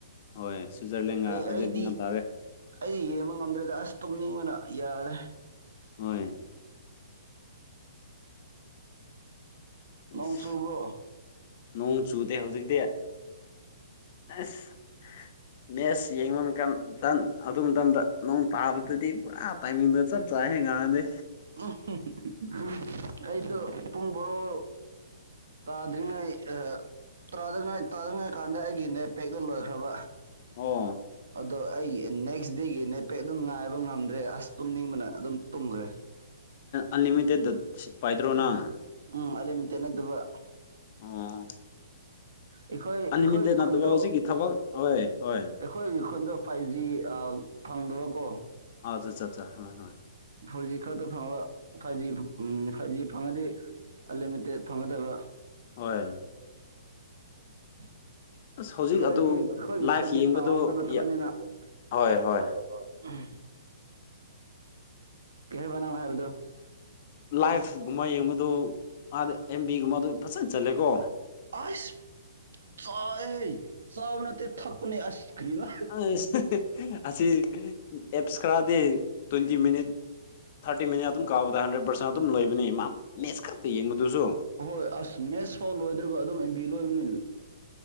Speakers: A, on the left; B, on the right.
A: ꯍꯣꯏ ꯁ꯭ꯋꯤꯖꯔꯂꯦꯟꯒ
B: ꯑꯩ
A: ꯑꯥꯔꯖꯦꯟꯇꯤꯅꯥ
B: ꯑꯩꯗꯤ
A: ꯇꯥꯔꯦ
B: ꯑꯩꯗꯤ ꯌꯦꯡꯕ ꯉꯝꯗ꯭ꯔꯦꯗ ꯑꯁ ꯇꯨꯝꯅꯤꯡꯕꯅ ꯌꯥꯗ꯭ꯔꯦ
A: ꯍꯣꯏ
B: ꯅꯣꯡ
A: ꯑꯁ
B: ꯆꯨꯕ꯭ꯔꯣ
A: ꯅꯣꯡ ꯆꯨꯗꯦ ꯍꯧꯖꯤꯛꯇꯤ ꯑꯁ ꯃꯦꯁ ꯌꯦꯡꯕ ꯀꯥꯟ <unintelligible> ꯑꯗꯨ ꯃꯇꯝꯗ ꯅꯣꯡ ꯇꯥꯕꯗꯨꯗꯤ ꯄꯨꯔꯥ ꯇꯥꯏꯃꯡꯗꯣ ꯆꯞ ꯆꯥꯏꯍꯦ ꯉꯔꯥꯡꯗꯤ
B: <unintelligible> ꯑꯩꯗꯣ ꯄꯨꯡ ꯕꯥꯥꯔꯣ ꯇꯥꯗ꯭ꯔꯤꯉꯩ ꯑ ꯇꯥꯗꯉꯩ ꯇꯥꯗꯉꯩ ꯀꯥꯟꯗ ꯑꯩꯒꯤ ꯅꯦꯠ ꯄꯦꯛꯇꯣ ꯂꯣꯏꯈ꯭ꯔꯕ
A: ꯑꯣ
B: ꯑꯗꯣ ꯑꯩꯒꯤ ꯅꯦꯛꯁ ꯗꯦꯒꯤ ꯅꯦꯠꯄꯦꯛ ꯑꯗꯨꯝ ꯉꯥꯏꯕ ꯉꯝꯗ꯭ꯔꯦ ꯑꯁ ꯇꯨꯝꯅꯤꯡꯕꯅ ꯑꯗꯨꯝ ꯇꯨꯝꯈ꯭ꯔꯦ
A: ꯑꯟꯂꯤꯃꯤꯇꯦꯠ <unintelligible> ꯄꯥꯏꯗ꯭ꯔꯣ ꯅꯪ
B: ꯎꯝ ꯑꯟꯂꯤꯃꯤꯇꯦꯠ ꯅꯠꯇꯕ
A: ꯑꯣ
B: ꯑꯩꯈꯣꯏ ꯑꯩꯈꯣꯏꯒꯤ
A: ꯑꯟꯂꯤꯃꯤꯇꯦꯠ ꯅꯠꯇꯕ
B: ꯈꯨꯟꯗꯣ
A: ꯍꯧꯖꯤꯛꯀꯤ ꯊꯕꯛ ꯍꯣꯏ ꯍꯣꯏ
B: ꯑꯩꯈꯣꯏꯒꯤ ꯈꯨꯟꯗꯣ ꯐꯥꯏꯞ ꯖꯤ ꯑ ꯐꯪꯗꯕ ꯀꯣ
A: ꯑꯥ ꯆꯠꯆꯥ ꯍꯣꯏ ꯍꯣꯏ
B: ꯐꯣꯔ ꯖꯤ ꯈꯛꯇ ꯐꯪꯕ ꯐꯥꯏꯞ ꯖꯤ ꯎꯝ ꯐꯥꯏꯞ ꯖꯤ ꯐꯪꯉꯗꯤ ꯑꯟꯂꯤꯃꯤꯇꯦꯠ ꯐꯪꯒꯗꯕ
A: ꯍꯣꯢ
B: <inaudible>
A: ꯑꯁ ꯍꯧꯖꯤꯛ
B: ꯑꯩꯈꯣꯏꯗꯤ
A: ꯑꯗꯨ
B: ꯑꯩꯈꯣꯏꯒꯤ
A: ꯂꯥꯏꯐ
B: ꯈꯨꯟꯗꯤ
A: ꯌꯦꯡꯕꯗꯨ
B: ꯇꯥꯎꯟꯗ ꯅꯠꯇꯕꯅꯤꯅ
A: ꯌꯥ
B: ꯍꯣꯢ
A: ꯍꯣꯏ ꯍꯣꯏ
B: ꯍꯣꯢ ꯎꯝ ꯀꯩ ꯍꯥꯏꯕ ꯅꯪꯅ ꯍꯥꯏꯕꯗꯨ
A: ꯂꯥꯏꯐꯒꯨꯝꯕ ꯌꯦꯡꯕꯗꯣ ꯃꯥꯗꯤ ꯑꯦꯝ ꯕꯤ ꯒꯨꯝꯕ ꯑꯗꯨ ꯐꯖꯅ ꯆꯠꯂꯦꯀꯣ
B: ꯑꯁ ꯆꯥꯏꯍꯦ ꯆꯥꯕ ꯅꯠꯇꯦ ꯊꯛꯄꯅꯦ ꯑꯁ ꯀꯔꯤꯅꯣ
A: ꯑꯁ <unintelligible> ꯑꯁꯤ ꯑꯦꯞꯁ ꯈꯔꯗꯤ ꯇ꯭ꯋꯦꯟꯇꯤ ꯃꯤꯅꯤꯠ ꯊꯥꯔꯇꯤ ꯃꯤꯅꯤꯠ ꯑꯗꯨꯝ ꯀꯥꯕꯗ ꯍꯟꯗ꯭ꯔꯦꯠ ꯄꯥꯔꯁꯦꯟ ꯑꯗꯨꯝ ꯂꫭꯏꯕꯅꯦ ꯃꯥ
B: <unintelligible>
A: ꯃꯦꯠꯁ ꯈꯛꯇ ꯌꯦꯡꯕꯗꯨꯁꯨ
B: ꯍꯣꯏ ꯑꯁ ꯃꯦꯁ ꯐꯥꯎ ꯂꯣꯏꯗ꯭ꯔꯒ ꯑꯗꯨꯝ ꯑꯦꯝ ꯕꯤ ꯂꯣꯏꯕꯅꯦ